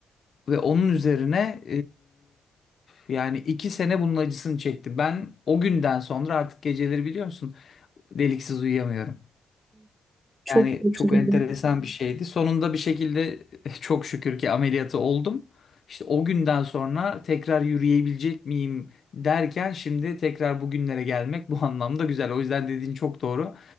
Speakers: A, on the left (about 60°); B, on the right (about 20°).
A: ve onun üzerine e, yani iki sene bunun acısını çekti. Ben o günden sonra artık geceleri biliyor musun deliksiz uyuyamıyorum.
B: Çok
A: Yani
B: kötü
A: çok
B: durum.
A: enteresan bir şeydi. Sonunda bir şekilde <laughs> çok şükür ki ameliyatı oldum. İşte o günden sonra tekrar yürüyebilecek miyim derken şimdi tekrar bugünlere gelmek bu anlamda güzel. O yüzden dediğin çok doğru.